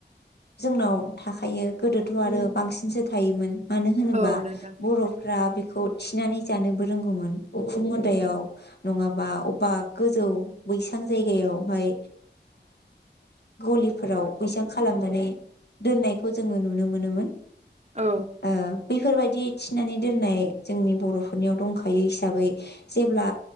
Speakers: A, on the left (about 65°); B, on the right (about 40°).
A: जोंनाव थाखायो गोदोथ आरो बांसिनसो थायोमोन मानो होनोबा
B: औ नोंथां
A: बरफ्रा बे खौ थिनानै जानोबो रोंगौमोन उखुम मुदायाव नङाबा अबबा गोजौ बैसां जायगायावहाय ओ ग'लिफोराव बैसां खालामनानै दोननायखौ जोंङो नुनो मोनोमोन
B: औ
A: ओ बैफोरबायदि थिनानै दोननाय जोंनि बर'फोरनियाव दंखायो हिसाबै जेब्ला